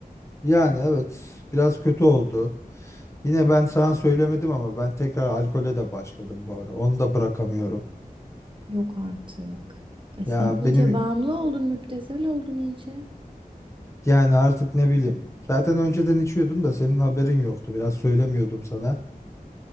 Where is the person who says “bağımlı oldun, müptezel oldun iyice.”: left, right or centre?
Right